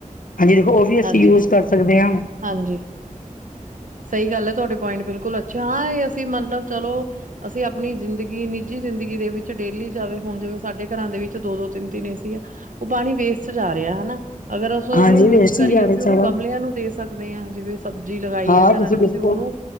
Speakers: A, on the left; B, on the right.
A: ਹਾਂਜੀ, ਦੇਖੋ ਉਹ ਵੀ ਅਸੀਂ
B: ਹਾਂਜੀ
A: ਯੂਜ ਕਰ ਸਕਦੇ ਆ।
B: ਹਾਂਜੀ ਸਹੀ ਗੱਲ ਐ ਤੁਹਾਡੇ ਪੁਆਇੰਟ ਬਿਲਕੁਲ ਅੱਛਾ ਹਾਂ ਇਹ ਅਸੀਂ ਮਤਲਬ ਚਲੋ। ਅਸੀਂ ਆਪਣੀ ਜ਼ਿੰਦਗੀ ਨਿੱਜੀ ਜ਼ਿੰਦਗੀ ਦੇ ਵਿੱਚ ਡੇਲੀ ਜਾਵੇ ਹੁਣ ਜਿਵੇਂ ਸਾਡੇ ਘਰਾਂ ਦੇ ਵਿੱਚ ਦੋ ਦੋ ਤਿੰਨ ਤਿੰਨ ਏ ਸੀ ਆ। ਉਹ ਪਾਣੀ ਵੇਸਟ ਜਾ ਰਿਹਾ ਹਨਾ ਅਗਰ, ਅਸੀਂ
A: ਹਾਂਜੀ
B: ਉਹਨੂੰ ਯੂਜ
A: ਵੇਸਟ
B: ਕਰੀਏ
A: ਹੀ ਜਾ
B: ਅਸੀਂ
A: ਰਿਹਾ
B: ਉਹਨੂੰ
A: ਸਾਰਾ
B: ਗਮਲਿਆਂ ਨੂੰ, ਦੇ ਸਕਦੇ ਆ ਜਿਵੇਂ ਸਬਜ਼ੀ ਲਗਾਈ
A: ਹਾਂ
B: ਐ
A: ਤੁਸੀਂ
B: ਘਰਾਂ ਚ
A: ਕਿਸੇ
B: ਅਸੀਂ ਉਹਨੂੰ
A: ਕੋਲ